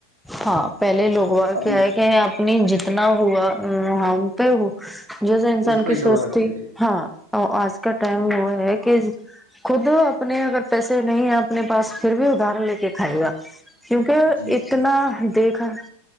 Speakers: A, in the centre; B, on the right.
A: ہاں پہلے لوگوال
B: اب
A: کیا ہے کہ اپنی جتنا ہوا ا ہم ہو جو جو انسان
B: اس پہ
A: کی
B: ہی صبر
A: سوچ
B: رکھتے
A: تھی
B: تھے
A: ہاں آج کا ٹائم وہ ہے کہ خود اپنے اگر پیسے نہیں ہیں اپنے پاس پھر بھی ادار لے کے کھائے گا کیونکہ
B: جی
A: اتنا دیکھا